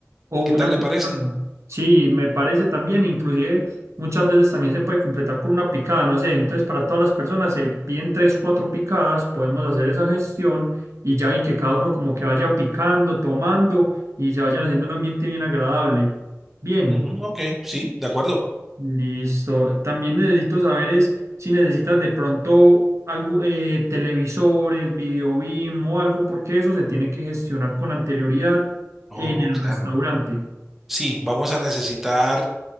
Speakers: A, on the right (about 80°); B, in the centre.
A: o una
B: ¿Qué tal le
A: picada.
B: parece?
A: Sí, me parece también, inclusive muchas veces también se puede completar con una picada, no sé, entonces para todas las personas se piden tres, cuatro picadas, podemos hacer esa gestión y ya y que cada uno como que vaya picando, tomando y se vayan haciendo un ambiente bien agradable. Bien.
B: Ujú, ok, sí, de acuerdo.
A: Listo. También necesito saber es si necesitas de pronto algo, eh, televisores, video BIM o algo, porque eso se tiene que gestionar con anterioridad
B: Oh,
A: en el
B: claro.
A: restaurante.
B: Sí, vamos a necesitar